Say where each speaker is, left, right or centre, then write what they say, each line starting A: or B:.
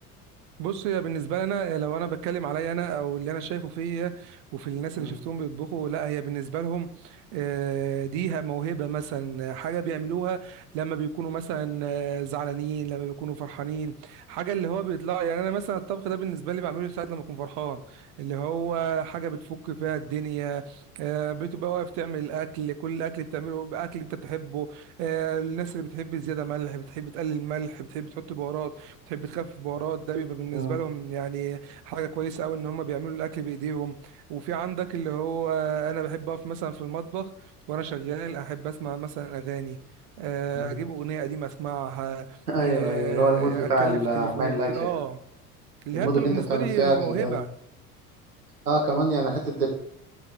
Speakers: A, on the right; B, on the right.
A: بص هي بالنسبه لنا لو انا بتكلم عليا انا او اللي انا شايفه فيا آه، وفي الناس اللي
B: مم.
A: شفتهم بيطبخوا لا هي بالنسبه لهم آه، دي موهبه مثلا آه، حاجه بيعملوها لما بيكونوا مثلا آه، زعلانين لما بيكونوا فرحانين حاجه اللي هو بيطلع يعني انا مثلا الطبخ ده بالنسبه لي بعمله ساعات لما اكون فرحان اللي هو حاجه بتفك فيها الدنيا آه، بتبقى واقف تعمل اكل كل الاكل بتعمله باكل انت بتحبه آه، الناس اللي بتحب زياده ملح بتحب تقلل ملح بتحب تحط بهارات تحب تخفف بهارات ده بيبقى بالنسبه
B: مم.
A: لهم يعني حاجه كويسه قوي ان هم بيعملوا الاكل بايديهم وفي عندك اللي هو انا بحب اقف مثلا في المطبخ وانا شغال احب اسمع مثلا اغاني
B: <laughs>
A: آه،
B: مم.
A: اجيب اغنيه قديمه اسمعها
B: ايوه
A: آه،
B: ايوه اللي هو المود بتاع
A: اتكلم
B: ال-
A: في التليفون
B: عمال الاكل
A: كده اه
B: ده
A: اللي
B: المود
A: هي بتبقى
B: اللي
A: بالنسبه
B: انت بتعمل
A: لي
B: فيه اكل
A: موهبه
B: ده اه كمان يعني حته